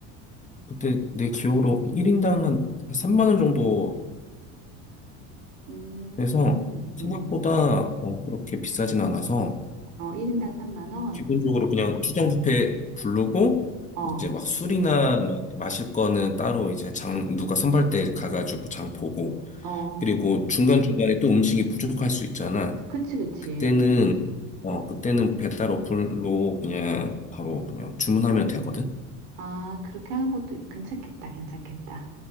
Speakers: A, on the left; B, on the right.
A: 그때 내 기억으로 1인당 한 3만 원 정도였거든.
B: 음,
A: 그래서 생각보다
B: 음, 음.
A: 어, 그렇게 비싸진 않아서
B: 어, 1인당 3만 원?
A: 기본적으로 그냥 출장 뷔페 부르고
B: 어,
A: 이제 막 술이나 막 마실 거는 따로 이제 장 누가 선발 때 가가지고 장 보고
B: 어,
A: 그리고 중간중간에 또 음식이 부족할 수 있잖아.
B: 그치, 그치.
A: 그때는 어 그때는 배달 어플로 그냥 바로 그냥 주문하면 되거든.
B: 아, 그렇게 하는 것도 괜찮겠다, 괜찮겠다.